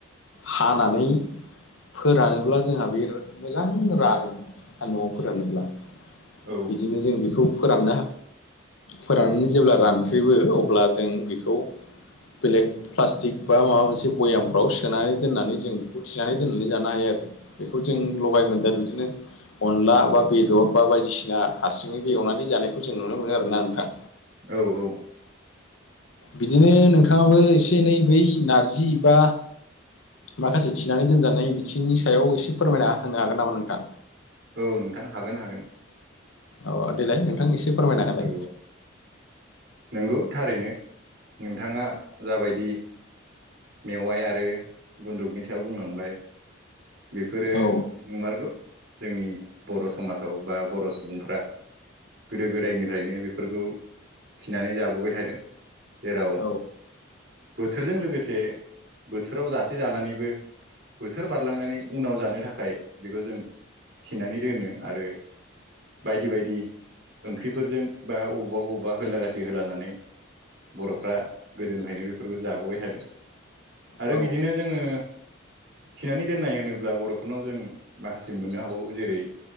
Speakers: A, on the left (about 75°); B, on the right (about 60°).
A: हानानै फोरानोब्ला जोंहा बे मोजां रानो आरो न'आव फोरानोब्ला
B: औ
A: बिदिनो जों बेखौ फोरानना फोराननानै जेब्ला रानख्रेबो अब्ला जों बेखौ बेलेग प्लास्टिक बा माबा मोनसे भयामफ्राव सोनानै दोननानै जों बेखौ थिनानै दोननानै जानो हायो आरो बेखौ जों लगायमोनदेर आरो बिदिनो अनला बा बेदर बा बायदिसिना बिना हारसिङै बेवनानै जानायखौ जों नुनो मोनो आरोना नोंथां
B: औ औ
A: बिदिनो नोंथाङाबो एसे एनै बै नारजि बा माखासे थिनानै दोनजानाय बिथिंनि सायाव एसे फोरमायना होनो हागोन नामा नोंथां
B: औ नोंथां हागोन हागोन
A: औ देलाय नोंथां एसे फोरमायना होलाय
B: औ नंगौ थारैनो नोंथाङा जाबायदि मेवाइ आरो गुन्दुकनि सायाव बुंलांबाय बेफोरो
A: औ
B: नंमारगौ जोंनि बर' समाजाव बा बर' सुबुंफ्रा गोदो गोदायनिफ्रायनो बेफोरखौ थिनानै जाबोबाय थादों जेराव
A: औ
B: बोथोरजों लोगोसे बोथोराव जासे जानानैबो बोथोर बारलांनानै उनाव जानो थाखाय बेखौ जों थिनानै दोनो आरो बायदि बायदि ओंख्रिफोरजों बा बबावबा बबेबा होलागासै होलानानै बर'फ्रा गोदोनिफ्रायायनो बेफोरबो जाबोबाय थादों आरो
A: औ
B: बिदिनो जोङो थिनानै दोननाय होनोब्ला बर'फोरनाव जों माखासे मोननो हाबावो जेरै